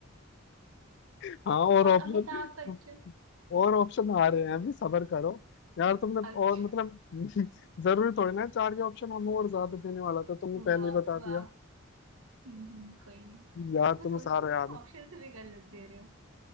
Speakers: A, on the left; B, on the right.
A: हाँ और
B: और
A: ऑप्शन
B: अमिताभ बच्चन
A: और ऑप्शन आ रहे हैं अभी सबर करो यार तुमने
B: अच्छा
A: और मतलब <laughs> जरूरी थोड़ी ना है चार के ऑप्शन हम और ज्यादा देने वाला था तुमने
B: वाह
A: पहले ही बता दिया
B: वाह हम्म हम्म, कोई नहीं
A: यार
B: मैं
A: तुम्हें
B: सोच
A: सारा
B: रही हूँ तुम
A: याद है
B: ऑप्शन से भी गलत दे रहे हो